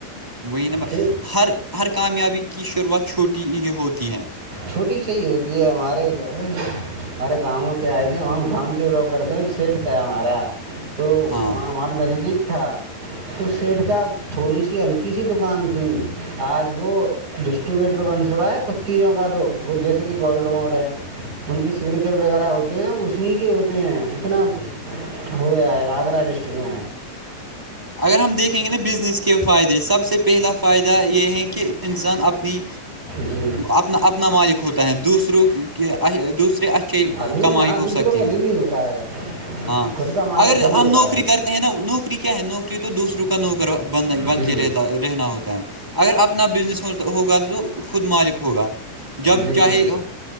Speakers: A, in the centre; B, on the right.
A: وہی نب
B: کہ
A: ہر ہر کامیابی کی شروعات چھوٹی ہی ہوتی ہے
B: چھوٹی صحیح ہوتی ہے ہمارے ادھر ہمارے گاؤں کیا ہے کہ وہاں گام سے وہ لوگ کرے تھ ایک شیٹ تھا ہمارا تو
A: ہاں
B: وہاں ہم نزدیک تھا تو سیٹھ کا تھوڑی سی ہلکی سی دکان تھی آج وہ ڈسٹریبیوٹر بنس ہوا ہے کچھ چیزوں کا تو جیسے کہ گولڈوم ہے ان کی سگنیچر وغیرہ ہوتے ہیں اسی کے ہوتے ہیں اتنا ہوئے آ آگرہ ڈسٹک میں
A: اگر ہم دیکھیں گے توا بزنس کے فائدے سب سے پہلا فائدہ یہ ہے کہ انسان اپنی
B: جی
A: اپنا اپنا مالک ہوتا ہے دوسروں کے دوسرے اش
B: ادھین
A: کمائی
B: ہاں
A: ہو
B: دوسروں
A: سکتی
B: کا
A: ہے
B: دن نہیں ہوتا ہے
A: ہاں
B: خود کا مالک
A: اگر
B: خود ہی
A: ہم
B: ہوتا
A: نوکری
B: ہے
A: کرتے نا نوکری کیا ہے نوکری تو دوسروں کا نوکر بن
B: جی
A: کے رہتا رہنا ہوتا ہے اگر اپنا بزنس ہوگا تو تو خود مالک ہوگا جب
B: جی
A: چاہے
B: جی جی